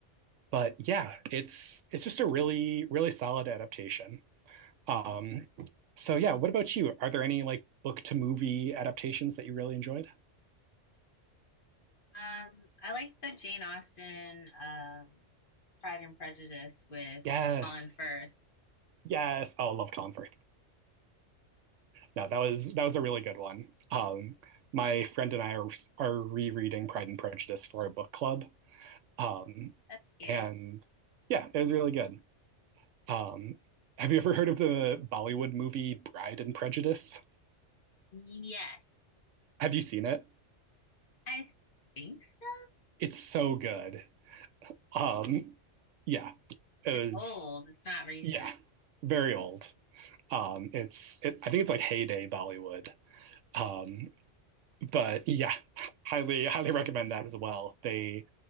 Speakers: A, on the right (about 85°); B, on the left (about 45°).
A: but yeah, it's it's just a really really solid adaptation. Um, so yeah, what about you? Are there any like book to movie adaptations that you really enjoyed?
B: Um, I like the Jane Austen, um, Pride and Prejudice with
A: Yes,
B: Colin Firth.
A: yes. Oh, I love Colin Firth. No, that was that was a really good one. Um, my friend and I are are rereading Pride and Prejudice for our book club. Um,
B: That's cute.
A: and yeah, it was really good. Um, have you ever heard of the Bollywood movie Bride and Prejudice?
B: Yes,
A: Have you seen it?
B: I think so.
A: It's so good. Um, yeah, it
B: It's
A: was
B: old. It's not recent.
A: yeah, very old. Um, it's it, I think it's like heyday Bollywood. Um, but yeah, highly highly recommend that as well. They